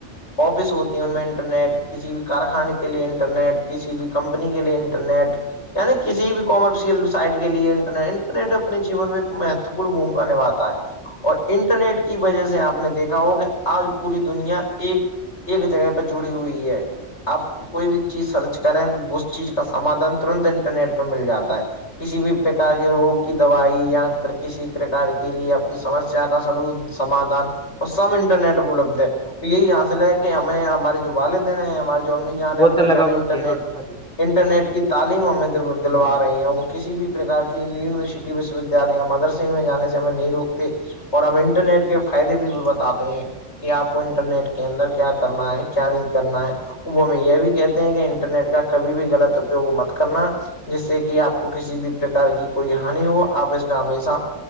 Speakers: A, on the left (about 65°); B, in the centre.
A: آفس ہوتی ہیں ان میں انٹرنیٹ کسی بھی کارخانے کے لیے انٹرنیٹ کسی بھی کمپنی کے لیے انٹرنیٹ یعنی کسی بھی کامرشل سائٹ کے لیے انٹرنیٹ انٹرنیٹ اپنی جین میں ایک مہتوپورن بھومکا نبھاتا ہے اور انٹرنیٹ کی وجہ سے آپ نے دیکھا ہو کہ آج پوری دنیا ایک ایک جگہ پہ جڑی ہوئی ہے آپ کوئی بھی چیز سرچ کریں تو اس چیز کا سمادھان ترنت انٹرنیٹ پہ مل جاتا ہے کسی بھی پرک کے روگ کی دوائی یا پ کسی پرک کے لیے آپ کی سمس <unintelligible> آ کاا سلو سمادھان <unintelligible> اور سب انٹرنیٹ اپلبدھ ہے اور یہی حاصل ہے کہ ہمیں ہمارے جو والدین ہیں ہمارے <unintelligible> امی جانے
B: بوتل
A: ابو
B: لگا
A: جانے
B: ہوا
A: انٹرنیٹ
B: کہ روٹی کھا
A: انٹرنیٹ کی تعلیم ہمیں
B: دیں
A: دلوا رہی ہیں وہ کسی بھی پرک کی یونیورسٹی وشو ودیال یا مدرس میں جان سے ہمیں نہیں روکتے اور ہم انٹرنیٹ کے فائدے بھی بتاتے ہیں کہ آپ کو انٹرنیٹ کے اندر کیا کرنا ہے کیا نہیں کرنا ہے وہ ہم یہ بھی کہتے ہیں کہ انٹرنیٹ کا کبھی بھی غلط کو مت کرنا جس سے کہ آپ کو کسی بھی پرکار کی کوئی ہانی ہو آپ اس کا ہمیشہ